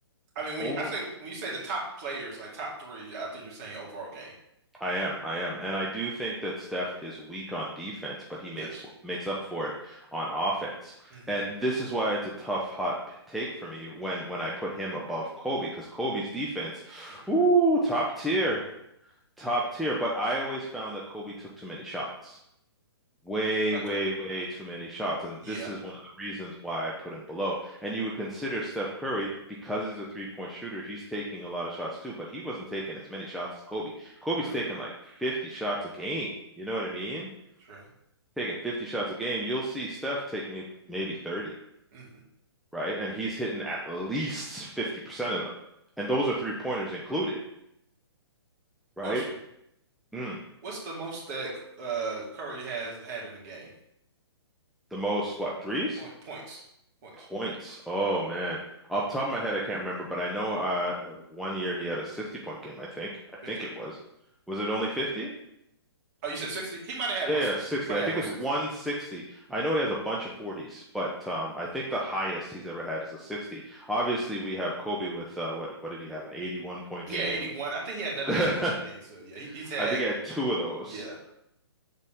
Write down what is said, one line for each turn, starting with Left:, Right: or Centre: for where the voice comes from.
Right: I mean, when
Centre: Over
Right: you, I say when you say the top players, like top three, I think you're saying overall game.
Centre: I am, I am, and I do think that Steph is weak on defense, but he
Right: Yes.
Centre: makes makes up for it on offense.
Right: hmm
Centre: And this is why it's a tough hot p- take for me when when I put him above Kobe because Kobe's defense,
Right: hmm
Centre: ooh, top tier, top tier. But I always found that Kobe took too many shots way,
Right: Okay.
Centre: way, way too many shots. And
Right: Yeah.
Centre: this is one of the reasons why I put him below. And you would consider Steph Curry, because he's a three-point shooter, he's taking a lot of shots too, but he wasn't taking as many shots as Kobe. Kobe's
Right: True.
Centre: taking like 50 shots a game. You know what I mean?
Right: True.
Centre: Taking 50 shots a game, you'll see Steph take may maybe 30,
Right: hmm
Centre: right? And he's hitting at least 50% of them. And those are three-pointers included, right?
Right: Question:
Centre: Mm,
Right: What's the most that uh Curry has had in a game?
Centre: the most, what, threes?
Right: Point points. Points.
Centre: Points. Oh man. Off the top of my head, I can't remember, but I know uh one year he had a 60 point game, I think. I think
Right: 50.
Centre: it was. Was it only 50?
Right: Oh, you said 60? He might have had 160.
Centre: Yeah, yeah, 60.
Right: He might
Centre: I
Right: have
Centre: think
Right: had 160.
Centre: it's 160. I know he has a bunch of 40s, but um I think the highest he's ever had is a 60. Obviously, we have Kobe with uh what what did he have? An 81 point
Right: He
Centre: game.
Right: had 81.
Centre: <laughs>
Right: I think he had another
Centre: I
Right: eighty one game too. Yeah, he, he's had
Centre: think he had two of those,
Right: yeah.